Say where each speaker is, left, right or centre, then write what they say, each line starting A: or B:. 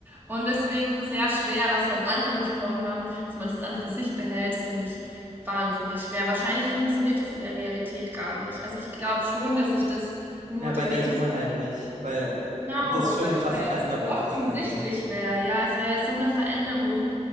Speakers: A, on the right; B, on the right.
A: Und deswegen sehr schwer, was wir am Anfang besprochen haben, dass man das dann für sich behält, das finde ich wahnsinnig schwer. Wahrscheinlich funktioniert das in der Realität gar nicht. Also ich glaube schon, dass ich das nur
B: Ja, bei
A: den
B: der
A: engsten
B: Summe halt nicht, weil
A: Genau,
B: das schon
A: weil
B: eine krasse
A: es halt
B: Veränderung
A: offensichtlich
B: ist irgendwie.
A: wäre. Ja, es wäre so eine Veränderung.